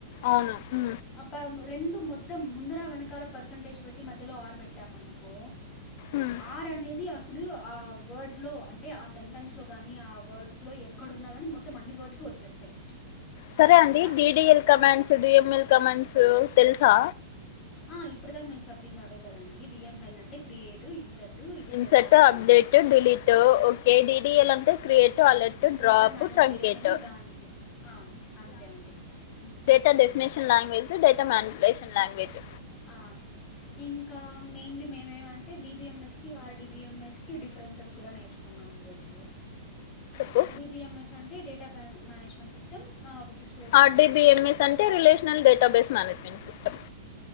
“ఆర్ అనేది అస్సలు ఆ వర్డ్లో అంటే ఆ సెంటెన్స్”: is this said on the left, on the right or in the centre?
Left